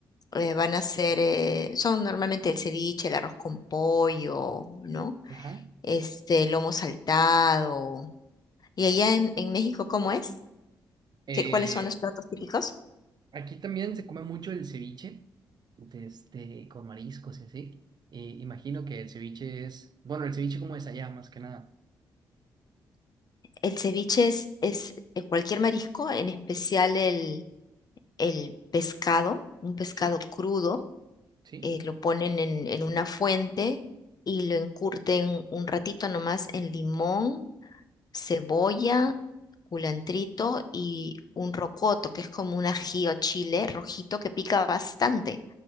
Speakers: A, on the left; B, on the right.
A: eh, van a ser, eh, son normalmente el ceviche, el arroz con pollo, ¿no?
B: ajá.
A: Este, lomo saltado. ¿Y allá en, en México cómo es?
B: Eh,
A: ¿Qué, cuáles son los platos típicos?
B: aquí también se come mucho el ceviche, de este, con mariscos y así. Y imagino que el ceviche es, bueno, el ceviche como es allá, más que nada.
A: El ceviche es, es eh, cualquier marisco, en especial el, el pescado, un pescado
B: Sí,
A: crudo,
B: sí,
A: eh, lo ponen en, en una fuente y lo encurten un ratito nomás en limón, cebolla, culantrito y un rocoto, que es como un ají o chile rojito que pica bastante.